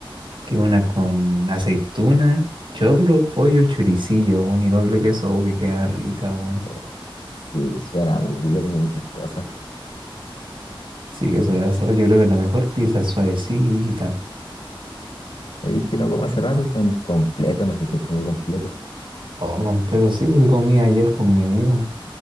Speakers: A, on the right (about 65°); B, on the left (about 75°).
A: que es una con aceituna, choclo, pollo, choricillo, weón, y doble queso, oh, que queda rica, weón.
B: Oh, se, suena muy rica, tiene muchas cosas.
A: Sí, que sobre asado, yo creo que la mejor pizza suavecita.
B: Sabéis que no como hace rato, son completos, no sé si has comido completo.
A: Oh, completo, sí, porque comí ayer con mi amigo,